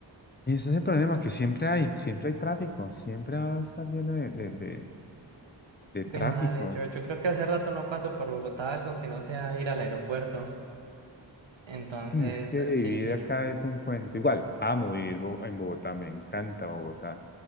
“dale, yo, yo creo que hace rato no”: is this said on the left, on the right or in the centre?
Right